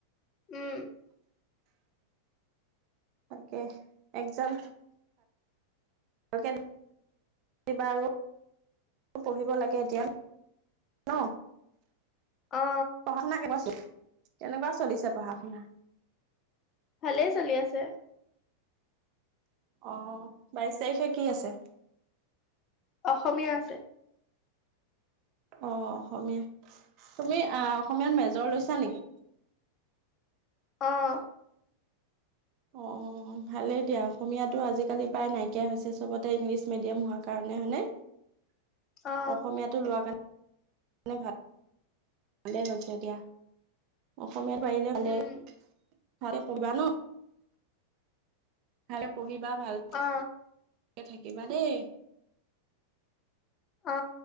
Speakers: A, on the left (about 30°); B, on the right (about 40°).
A: উম
B: তাকে একজাম ভ কিবা আৰু পঢ়িব লাগে এতিয়া ন
A: অ
B: পঢ়া শুনা কেনেকুৱা চলিছে? কেনেকুৱা চলিছে পঢ়া শুনা?
A: ভালেই চলি আছে।
B: অ বাইশ তাৰিখে কি আছে।
A: অসমীয়া আছে।
B: অ অসমীয়া তুমি আহ অসমীয়াত মেজৰ লৈছা নেকি?
A: অঁ
B: অ ভালেই দিয়া অসমীয়াতটো আজিকালি প্ৰায় নাইকিয়া হৈছে চবতে ইংলিছ মিডিয়াম হোৱা কাৰণে হনে
A: অ
B: অসমীয়াাতটো লোৱা কাৰণে মানে, ভাল। ভালেই হৈছে দিয়া অসমীয়াত পাৰিলে ভালে।
A: উম
B: চাৰে প়িবা ন ভাল কে পঢ়িবা ন বা ভাল
A: অ
B: থাকিবা দেই।
A: অ